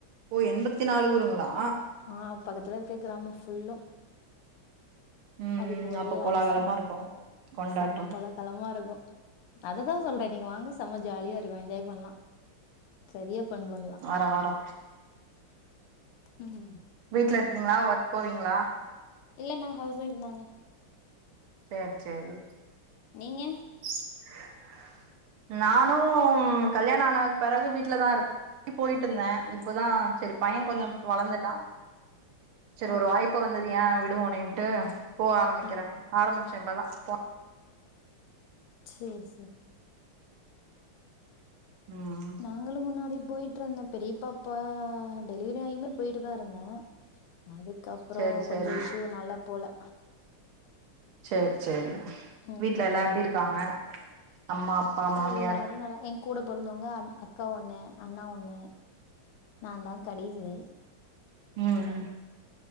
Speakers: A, on the right (about 80°); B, on the left (about 90°).
A: ஓ எண்பத்தி நாலு ஊருங்ளா
B: ஆ பக்கத்துல இருக்க கிராமம் ஃபுல்லூ
A: ம்
B: அதுக்கு
A: ம்
B: ஒரே
A: அப்ப கோலாகலமா
B: அரசி
A: இருக்கோ கொண்டாட்டோ
B: செம கொல களமா இருக்கும் அத தா சொல்றே நீங்க வாங்க செம ஜாலியா இருக்கு என்ஜாய் பண்லா சரியா ஃபண் பண்லா
A: வாரோ வாரோ
B: உம்
A: வீட்ல இருக்கீங்ளா ஒர்க் போவீங்ளா
B: இல்ல நா ஹவுஸ்ஒய்ஃப் தாங்க
A: சேர் சேரி
B: நீங்க
A: <inaudible> நானூ கல்யாண ஆனக்கு பிறகு வீட்ல தா இருந்து போய்ட்டு இருந்தே இப்பதா செரி பையெ கொஞ்ச வளந்துட்டா செரி
B: ஆ
A: ஒரு வாய்ப்பு இப்ப வந்ததுஏ விடுவோனிட்டு போக ஆரம்பிக்கிறே
B: ஆ
A: ஆரம்பிச்சே இப்பதா போ
B: சேர் சேரி
A: உம்
B: நாங்களும் முன்னாடி போய்ட்டு இருந்தே இருந்தே பெரியபாப்பா டெலிவரி ஆயுமே போய்ட்டு தா இருந்தே அதுக்கப்பறோ
A: சேரி
B: கொஞ்சோம்
A: சேரி
B: இஷ்வூ நால போல
A: சேரி சேரி
B: ம்
A: வீட்ல எல்லா எப்டி இருக்காங்க அம்மா அப்பா மாமியார்
B: எல்லாரு நல்லா எ கூட பொறந்தவங்க அக்கா ஒன்னு அண்ணா ஒன்னு நா தா கடைசி
A: உம் உம்